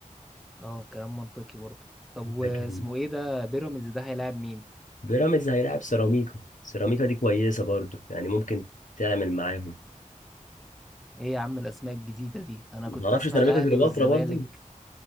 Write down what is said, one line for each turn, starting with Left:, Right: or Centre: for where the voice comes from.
Centre: اه كلام منطقي برضو طب واسمه
Left: لكن
Centre: ايه ده بيراميدز ده هيلاعب مين
Left: بيراميدز هيلاعب سيراميكا سيراميكا دي كويسه برضو يعني ممكن تعمل معاهم
Centre: ايه يا عم الاسماء الجديدة دي انا كنت
Left: ما تعرفش
Centre: اسمع
Left: سيراميكا
Centre: الاهلي
Left: كليوباترا
Centre: والزمالك
Left: برضو